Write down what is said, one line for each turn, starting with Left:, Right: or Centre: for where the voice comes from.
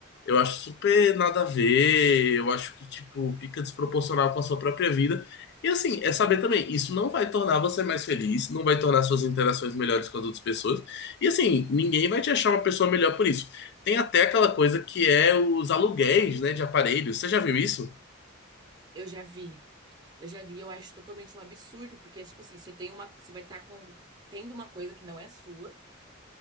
Left: eu acho super nada a ver, eu acho que, tipo, fica desproporcional com a sua própria vida. E assim, é saber também, isso não vai tornar você mais feliz, não vai tornar suas interações melhores com as outras pessoas. E assim, ninguém vai te achar uma pessoa melhor por isso. Tem até aquela coisa que é os aluguéis, né, de aparelhos. Você já viu isso?
Right: Eu já vi. Eu já vi, eu acho totalmente um absurdo, porque é tipo assim, você tem uma, você vai estar com tendo uma coisa que não é sua,